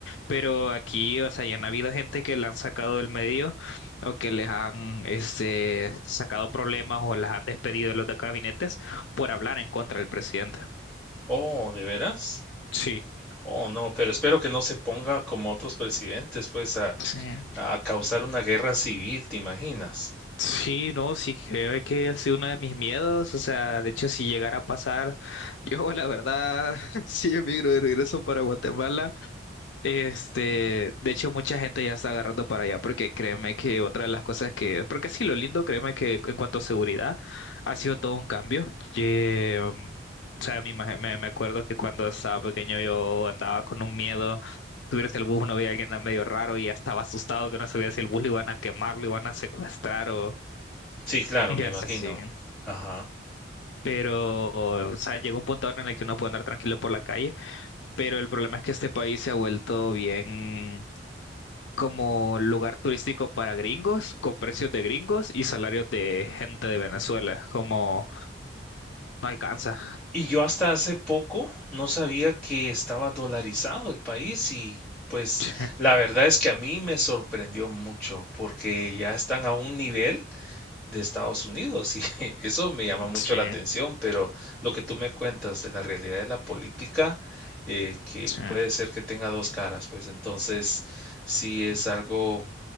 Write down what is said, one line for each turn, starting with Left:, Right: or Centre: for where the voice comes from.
Left: pero aquí, o sea, ya han habido gente que la han sacado del medio o que les han este, sacado problemas o las han despedido de los de gabinetes por hablar en contra del presidente.
Centre: Oh, ¿de veras?
Left: Sí.
Centre: Oh, no, pero espero que no se ponga como otros presidentes, pues, a,
Left: Sí.
Centre: a causar una guerra civil, ¿te imaginas?
Left: Sí, no, sí, creo que ha sido uno de mis miedos. O sea, de hecho, si llegara a pasar, <laughs> yo la verdad, <laughs> sí emigro de regreso para Guatemala. Este, de hecho, mucha gente ya está agarrando para allá, porque créeme que otra de las cosas que, porque sí, lo lindo, créeme que en cuanto a seguridad, ha sido todo un cambio. Que, um, o sea, me, imag- me me acuerdo que cuando estaba pequeño yo andaba con un miedo subirse al bus, uno veía a alguien medio raro y ya estaba asustado que no sabía si el bus lo iban a quemar, lo iban a secuestrar o,
Centre: Sí, claro,
Left: ya
Centre: me imagino.
Left: sé, sí.
Centre: Ajá.
Left: Pero, o sea, llega un punto ahora en el que uno puede andar tranquilo por la calle, pero el problema es que este país se ha vuelto bien como lugar turístico para gringos, con precios de gringos y salarios de gente de Venezuela. Como no alcanza.
Centre: Y yo hasta hace poco no sabía que estaba dolarizado el país y pues
Left: Sí,
Centre: la verdad es que a mí me sorprendió mucho porque ya están a un nivel de Estados Unidos y <laughs> eso me llama mucho
Left: sí,
Centre: la atención, pero lo que tú me cuentas de la realidad de la política, eh, que
Left: sí,
Centre: puede ser que tenga dos caras, pues entonces sí es algo